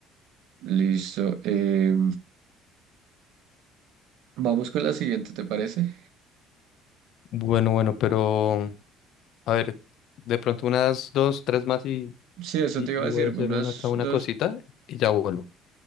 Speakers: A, on the right; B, on the left.
A: Listo. eh, vamos con la siguiente, ¿te parece?
B: Bueno, bueno, pero a ver, de pronto unas dos, tres más y,
A: Sí, eso
B: y,
A: te iba
B: y
A: a decir,
B: voy a
A: unas
B: hacer una, acá una
A: dos,
B: cosita y ya vuelvo.